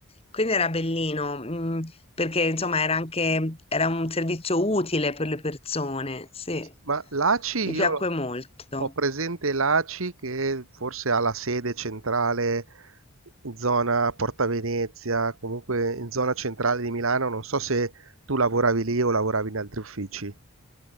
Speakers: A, on the left; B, on the right.
A: Quindi era bellino, mm, perché insomma era anche era un servizio utile per le persone, sì.
B: Ma l'ACI
A: Mi piacque
B: io l'ho
A: molto.
B: Ho presente l'ACI che forse ha la sede centrale in zona Porta Venezia, comunque in zona centrale di Milano, non so se tu lavoravi lì o lavoravi in altri uffici.